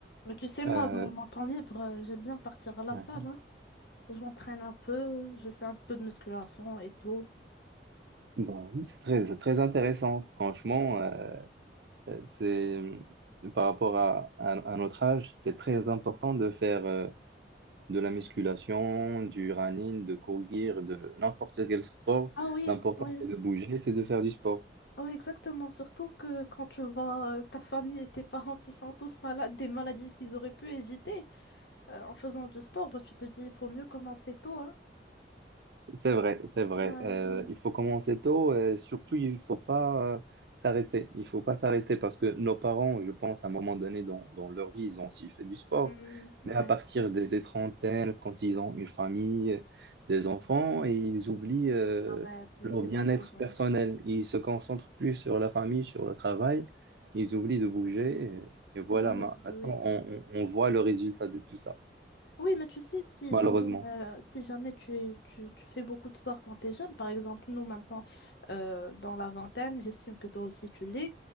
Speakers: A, on the left (about 75°); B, on the right (about 70°).
A: Mais tu sais, moi,
B: Euh,
A: dans mon temps libre, euh, j'aime bien partir à la
B: ouais.
A: salle, hein. Je m'entraîne un peu, je fais un peu de musculation et tout.
B: bah oui, c'est très, c'est très intéressant. Franchement, euh, euh, c'est par rapport à, à, à notre âge, c'est très important de faire euh, de la musculation, du running, de courir, de n'importe quel sport.
A: Ah oui,
B: L'important,
A: oui,
B: c'est de bouger, c'est de faire du sport.
A: oui, exactement. Surtout que quand tu vois euh, ta famille et tes parents qui sont tous malades, des maladies qu'ils auraient pu éviter euh, en faisant du sport, bah, tu te dis, il faut mieux commencer tôt, hein.
B: C'est vrai, c'est vrai.
A: Ouais,
B: Euh,
A: ouais.
B: il faut commencer tôt et surtout, il faut pas euh, s'arrêter. Il faut pas s'arrêter parce que nos parents, je pense, à un moment donné dans, dans leur vie, ils ont aussi fait du sport.
A: Hmm, ouais.
B: Mais à partir des, des trentaines, quand ils ont une famille, des enfants, et ils oublient euh,
A: Arrête, oui,
B: leur
A: c'est
B: bien-être
A: malheureux.
B: personnel. Ils se concentrent plus sur la famille, sur le travail. Ils oublient de bouger. Et, et voilà,
A: C'est malheureux,
B: ma- maintenant,
A: oui.
B: on, on on voit le résultat de tout ça,
A: Oui, mais tu sais, si
B: malheureusement.
A: jamais, <laughs> euh, si jamais tu, tu, tu fais beaucoup de sport quand tu es jeune, par exemple, nous maintenant, euh, dans la vingtaine, j'estime que toi aussi tu l'es,